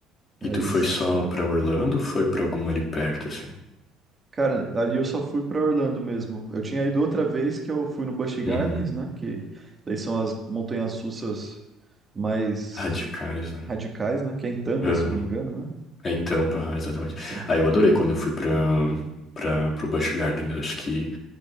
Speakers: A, on the right; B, on the left.
A: Mas,
B: E tu foi só pra Orlando ou foi pra alguma ali perto, assim?
A: cara, ali eu só fui pra Orlando mesmo. Eu tinha ido outra vez que eu fui no Busch Gardens,
B: Uhum.
A: né, que daí são as montanhas russas mais
B: Radicais, né?
A: radicais, né, que é em Tampa,
B: Aham.
A: se eu não me engano, né?
B: É em Tampa, aham, exatamente.
A: Tampa.
B: Ah, eu adorei quando eu fui pra, pra, pro Busch Gardens. Acho que